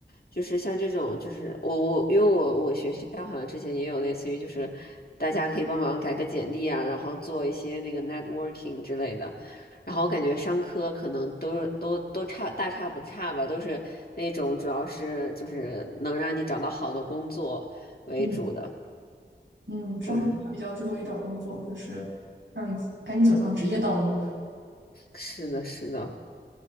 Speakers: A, on the left; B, on the right.
A: 就是像这种，就是我我因为我我学校好像之前也有类似于就是大家可以帮忙改个简历啊，然后做一些那个 networking 之类的。然后我感觉商科可能都都都差大差不差吧，都是那种主要是就是能让你找到好的工作为主的。
B: 嗯嗯，上课比较注重于找工作，
A: 对，
B: 就是让你赶紧走上职业道路。
A: 是的，是的。